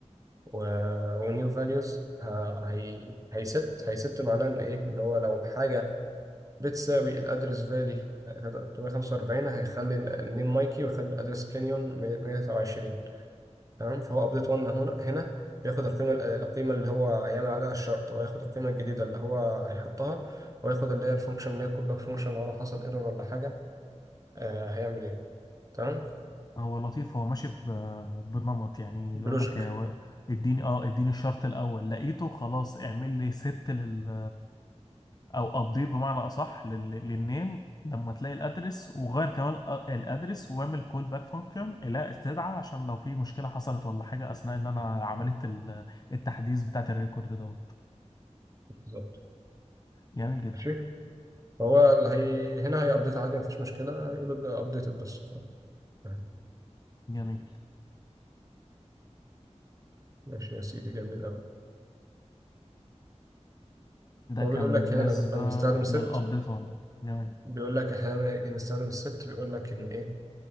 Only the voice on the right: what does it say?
و... ونيو فاليوز ه... هي... هيست هيست معناه ان ايه ان هو لو حاجه بتساوي الادرس فالي 345 هيخلي النيم مايكي ويخلي الادرس كانيون 123 تمام فهو ابديت 1 هنا هنا بياخد القيمه القيمه اللي هو هيعمل عليها الشرط هو ياخد القيمه الجديده اللي هو هيحطها وياخد اللي هي الفانكشن اللي هي الكودباك فانكشن لو لو حصل ايرور ولا حاجه آه هيعمل ايه تمام
بلوجيك
بالظبط
ماشي فهو اللي هي هنا هي ابديت عادي مفيش مشكله هيقول له ابديتد بس ف- تمام.
ماشي يا سيدي جميل قوي
هو
بيقول
لك هنا لما احنا بنستخدم ست
بيقول لك احنا لما نيجي نستخدم الست بيقول لك ان ايه